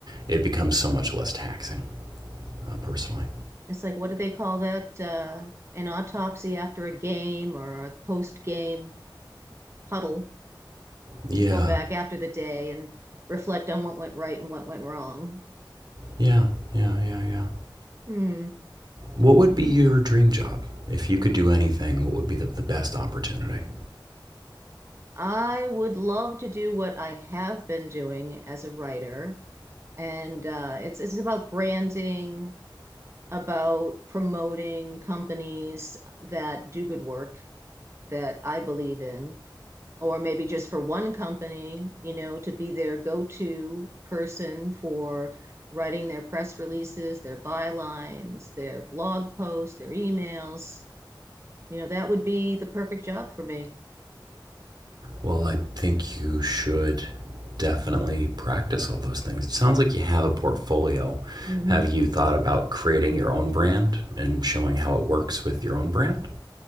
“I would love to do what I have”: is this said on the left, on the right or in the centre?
Right